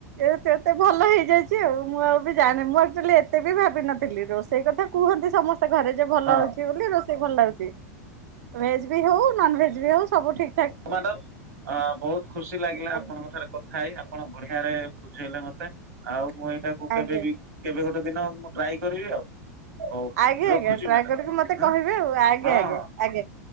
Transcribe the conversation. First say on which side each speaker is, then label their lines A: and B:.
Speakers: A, on the right; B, on the right.
A: ଏ ତ ଏତେ ଭଲ ହେଇଯାଇଛି ଆଉ ମୁଁ ଆଉ ବି ଜାଣିନି ମୁଁ ଆକ୍ଚୁଆଲି ଏତେ ବି ଭାବିନଥିଲି ରୋଷେଇ କଥା କୁହନ୍ତି ସମସ୍ତେ ଘରେ ଯେ ଭଲ
B: ହଁ
A: ହଉଛି ବୋଲି ରୋଷେଇ ଭଲ ଲାଗୁଛି ଭେଜ୍ ବି ହଉ ନନ ଭେଜ ବି ହଉ ସବୁ ଠିକ୍।
B: ମ୍ୟାଡମ ବହୁତ ଖୁସି ଲାଗିଲା
A: ଆଜ୍ଞା
B: ଆପଣଙ୍କ ଠାରେ କଥା ହେଇ ଆପଣ ବଢିଆରେ ବୁଝେଇଲେ ମ ଆଉ ମୁଁ ଏଇଟାକୁ
A: ଆଜ୍ଞା।
B: କେବେ ବି କେବେ ଗୋଟେ ଦିନ ମୁଁ ଟ୍ରାଏ କରିବି ଆଉ। ହଉ
A: ଆଜ୍ଞା
B: ରଖୁଛି
A: ଆଜ୍ଞା ଟ୍ରାଏ
B: ମ୍ୟାଡ଼ାମ
A: କରିକି ମତେ
B: ହଁ
A: କହିବେ ଆଉ ଆଜ୍ଞା
B: ହଁ।
A: ଆଜ୍ଞା
B: ହଁ।
A: ଆଜ୍ଞା